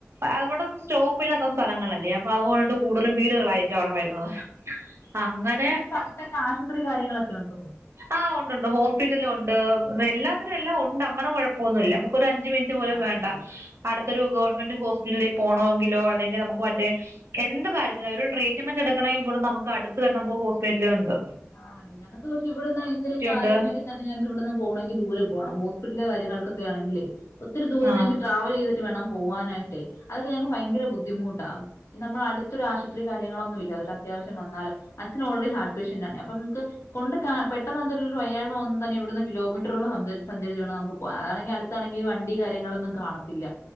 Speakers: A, on the right; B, on the left.
A: അവിട്ന്നും സ്റ്റോപ്പ് ഇല്ലാത്ത സ്ഥലങ്ങളല്ലേ അപ്പൊ അതുകൊണ്ട് കൂടുതലും വീടുകളായിരിക്കും അവിടെ വരുന്നത് അങ്ങനെ
B: അപ്പൊ നിങ്ങക്ക് അടുത്തൊക്കെ ആശുപത്രി കാര്യങ്ങളൊക്കെ ഉണ്ടോ
A: ആ ഉണ്ട്ണ്ട് ഹോസ്പിറ്റല ഉണ്ട് എല്ലാത്തിനും എല്ലാം ഉണ്ട് അങ്ങനെ കൊഴപ്പൊന്നുമില്ല നമ്ക്ക് ഒരു അഞ്ച് മിനിറ്റ് പോലും
B: ആണല്ലേ
A: വേണ്ട അടുത് ത്ത് ഒരു ഗവൺമെന്റ് ഹോസ്പിറ്റലിൽ പോണോങ്കിലോ അല്ലെങ്കിൽ നമുക്ക് മറ്റേ എന്ത് കാര്യത്തിന ഒരു ട്രീറ്റ്മെന്റ് എടുക്കാണെ എബുടുന്ന് നമുക്കടുത്തന്നെ ഹോസ്പിറ്റലിണ്ട്
B: ആണല്ലേ ഞങ്ങൾക്ക്ക്ഷെ ഇവിടുന്ന് എന്തെങ്കിലും കര്യം
A: ഉണ്ട്
B: ഉണ്ടെങ്കി തന്നെ ഞക്ക് ഇവിടുന്ന് പോണങ്കി ദൂര പോണം ഹോസ്പിറ്റല് കാര്യൾക്കക്ക് <unintelligible> ആണെങ്കിലേ ഒത്തിരി ദൂരെ
A: ആ
B: ഞങ്ങക്ക് ട്രാവൽ ചെയ്തിട്ട് വേണം പോവാനായിട്ടെ അതൊക്കെ ഞൾക്ക് ഭയങ്കര ബുദ്ധിമുട്ടാ നമ്മള അടുത്തൊരു ആശുപത്രി കാര്യങ്ങളൊന്നുല്ല അത്യാവശ്യം വന്നാല് അച്ഛൻ ഓറെഡി ഹാർട്ട് പേഷ്യന്റണെ അപ്പൊ നമുക്ക് കൊണ്ട്ക പെട്ടെന്ന് ന്തേലുംഒരു വയ്യാരിമവന്നതന്നെവിടുന്ന് കിലോമീറ്ററോലം സഞ്ചാരിച്ച് വേണം നമുക്ക് പോക അതണെങ്കിൽ അടുത്താണെങ്കിൽഈ വണ്ടി കാര്യങ്ങളൊന്നും കാണത്തില്ല